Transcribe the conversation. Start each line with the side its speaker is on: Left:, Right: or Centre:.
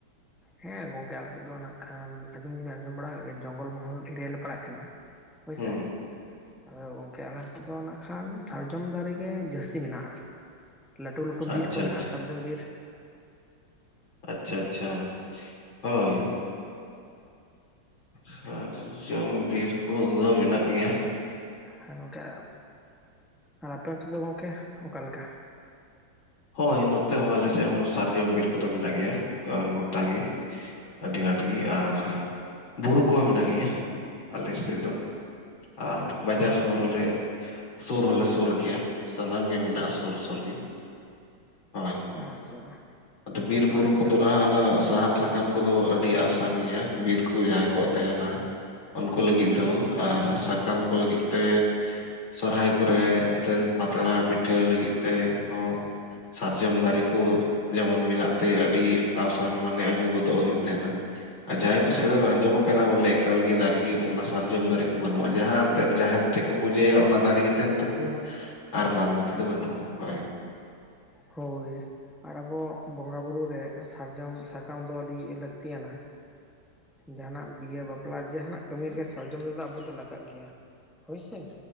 Centre: ᱦᱮᱸ ᱜᱚᱝᱠᱮ ᱟᱞᱮ ᱥᱮᱫ ᱫᱚ ᱱᱟᱜ ᱠᱷᱟᱱ ᱟᱸᱡᱚᱢ ᱫᱚ ᱵᱤᱱ ᱟᱸᱡᱚᱢ ᱵᱟᱲᱟ ᱠᱟᱜ ᱜᱮᱭᱟ ᱡᱚᱝᱜᱚᱞ ᱢᱚᱦᱚᱞ ᱮᱨᱤᱭᱟ ᱞᱮ ᱯᱟᱲᱟᱜ ᱠᱟᱱᱟ᱾ ᱦᱳᱭᱥᱮ
Left: ᱦᱩᱸ
Centre: ᱟᱫᱚ <unintelligible> ᱟᱞᱮ ᱥᱮᱫ ᱫᱚ ᱱᱟᱜ ᱠᱷᱟᱱ ᱥᱟᱨᱡᱚᱢ ᱫᱟᱨᱮ ᱜᱮ ᱡᱟᱹᱥᱛᱤ ᱢᱮᱱᱟᱜ-ᱟ᱾ ᱞᱟᱹᱴᱩ ᱞᱟᱹᱴᱩ ᱵᱤᱨ
Left: ᱟᱪᱪᱷᱟ
Centre: ᱠᱚ ᱢᱮᱱᱟᱜ-ᱟ
Left: ᱟᱪᱪᱷᱟ
Centre: ᱥᱟᱨᱡᱚᱢ ᱵᱤᱨ᱾
Left: ᱟᱪᱪᱷᱟ ᱟᱪᱪᱷᱟ ᱦᱳᱭ᱾ ᱥᱟᱨᱡᱚᱢ ᱵᱤᱨ ᱠᱚᱫᱚ ᱢᱮᱱᱟᱜ ᱜᱮᱭᱟ᱾
Centre: ᱦᱚᱸ ᱜᱚᱢᱠᱮ ᱟᱨ ᱟᱯᱮ ᱱᱚᱛᱮ ᱫᱚ ᱜᱚᱢᱠᱮ ᱚᱠᱟ ᱞᱮᱠᱟ?
Left: ᱦᱳᱭ ᱱᱚᱛᱮ ᱦᱚᱸ ᱟᱞᱮ ᱥᱮᱫ ᱦᱚᱸ ᱥᱟᱨᱡᱚᱢ ᱵᱤᱨ ᱠᱚᱫᱚ ᱢᱮᱱᱟᱜ ᱜᱮᱭᱟ ᱜᱚᱴᱟ ᱜᱮ᱾ ᱟᱹᱰᱤ ᱟᱸᱴ ᱜᱮ ᱟᱨ ᱵᱩᱨᱩ ᱠᱚᱦᱚᱸ ᱢᱮᱱᱟᱜ ᱜᱮᱭᱟ ᱟᱞᱮ ᱥᱮᱫ ᱫᱚ᱾ ᱟᱨ ᱵᱟᱡᱟᱨ ᱥᱚᱦᱚᱨ ᱨᱮᱞᱮ ᱥᱩᱨ ᱦᱚᱞᱮ ᱥᱩᱨ ᱜᱮᱭᱟ ᱥᱟᱱᱟᱢ ᱜᱮ ᱢᱮᱱᱟᱜ-ᱟ ᱥᱩᱨ ᱥᱩᱨ ᱜᱮ ᱾ ᱦᱳᱭ,
Centre: ᱚ ᱟᱪᱪᱷᱟ
Left: ᱟᱫᱚ ᱵᱤᱨ ᱵᱩᱨᱩ
Centre: ᱟᱪᱪᱷᱟ
Left: ᱠᱚᱫᱚ ᱱᱟᱦᱟᱸᱜ ᱥᱟᱦᱟᱱ ᱥᱟ ᱥᱟᱠᱟᱢ ᱠᱚᱫᱚ ᱟᱹᱰᱤ ᱟᱥᱟᱱ ᱜᱮᱭᱟ ᱵᱤᱨ ᱠᱚ ᱡᱟᱦᱟᱸᱭ ᱠᱚᱣᱟᱜ ᱛᱟᱦᱮᱱᱟ ᱾ ᱩᱱᱠᱩ ᱞᱟᱹᱜᱤᱫ ᱫᱚ ᱟᱨ ᱥᱟᱠᱟᱢ ᱠᱚ ᱞᱟᱹᱜᱤᱫ ᱛᱮ ᱥᱚᱨᱚᱦᱦᱟᱭ ᱠᱚᱨᱮ ᱮᱱᱛᱮᱫ ᱯᱟᱛᱲᱟ ᱯᱤᱴᱷᱟᱹ ᱞᱟᱹᱜᱤᱫ ᱛᱮ ᱦᱚᱸ ᱥᱟᱨᱡᱚᱢ ᱫᱟᱨᱮ ᱠᱚ ᱡᱮᱢᱚᱱ ᱢᱮᱱᱟᱜ ᱛᱮ ᱟᱹᱰᱤ ᱟᱥᱟᱱ ᱢᱟᱱᱮ ᱟᱹᱜᱩ ᱜᱚᱫᱚᱜ ᱦᱩᱭᱩᱜ ᱛᱟᱦᱮᱸᱱᱟ᱾ ᱟᱨ ᱡᱟᱦᱟᱸᱭ ᱠᱚ
Centre: ᱦᱳᱭ
Left: ᱥᱮᱫ ᱟᱸᱡᱚᱢ ᱠᱟᱱᱟ ᱵᱚᱞᱮ ᱮᱠᱟᱞ ᱜᱮ ᱫᱟᱨᱮ ᱜᱮ ᱚᱱᱟ ᱥᱟᱨᱡᱚᱢ ᱫᱟᱨᱮ ᱠᱚ ᱵᱟᱹᱱᱩᱜᱼᱟ ᱡᱟᱦᱟᱸ ᱮᱱᱛᱮᱜ ᱡᱟᱦᱮᱨ ᱴᱷᱮᱡ ᱠᱚ ᱯᱩᱡᱟᱹᱭᱟ ᱚᱱᱟ ᱫᱟᱨᱮ ᱜᱮ ᱛᱟᱦᱮᱸᱱ ᱛᱟᱠᱚᱣᱟ, ᱟᱨ ᱵᱟᱫ ᱵᱟᱠᱤ ᱫᱚ ᱵᱟᱹᱱᱩᱜᱼᱟ ᱦᱳᱭ᱾
Centre: ᱦᱳᱭ᱾ ᱟᱨ ᱟᱵᱚ ᱵᱚᱸᱜᱟ ᱵᱩᱨᱩ ᱨᱮ ᱥᱟᱨᱡᱚᱢ ᱥᱟᱠᱟᱢ ᱫᱚ ᱟᱹᱰᱤ ᱞᱟᱹᱠᱛᱤᱭᱟᱱᱟ, ᱡᱟᱦᱟᱸᱱᱟᱜ ᱵᱤᱭᱮ ᱵᱟᱯᱞᱟ ᱡᱟᱦᱟᱸᱱᱟᱜ ᱠᱟᱹᱢᱤ ᱨᱮᱜᱮ ᱥᱟᱨᱡᱚᱢ ᱛᱮᱫᱚ ᱟᱵᱚ ᱫᱚ ᱞᱟᱜᱟᱜ ᱜᱮᱭᱟ ᱦᱳᱭᱥᱮ?